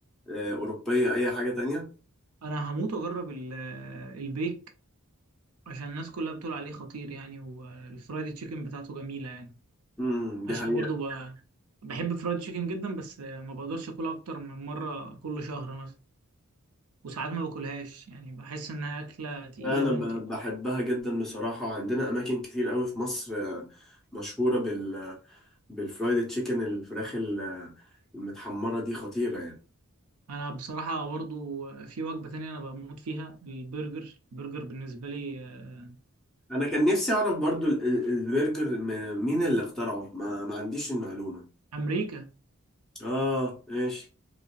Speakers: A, in the centre; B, on the right (about 85°).
A: آه، أوروبية أي حاجة تانية؟
B: انا هموت واجرب ال- آه، البيك عشان الناس كلها بتقول عليه خطير يعني والفرايد تشيكن بتاعته جميله يعني
A: امم
B: عشان
A: دي حقيقة
B: برضو ب... بحب فرايد تشيكن جدا بس ما بقدرش اكلها اكتر من مره كل شهر مثلا وساعات ما باكلهاش يعني بحس انها اكله تقيله
A: أنا
B: موت
A: ب-
B: يعني
A: بحبها جدا بصراحة وعندنا أماكن كتير قوي في مصر آه، مشهورة بال بالفرايد تشيكن الفراخ ال- المتحمرة دي خطيرة يعني
B: انا بصراحه برضو في وجبه تانية انا بموت فيها البرجر البرجر بالنسبه لي آه،
A: أنا كان نفسي أعرف برضو ال- ال- البرجر م- مين اللي اخترعه ما, ما عنديش المعلومة
B: امريكا
A: آه ماشي